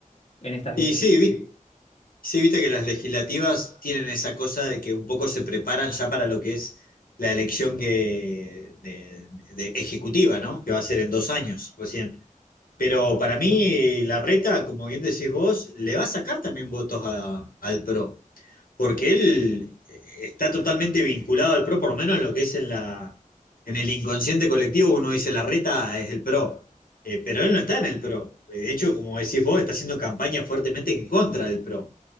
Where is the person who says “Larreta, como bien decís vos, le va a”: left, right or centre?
Left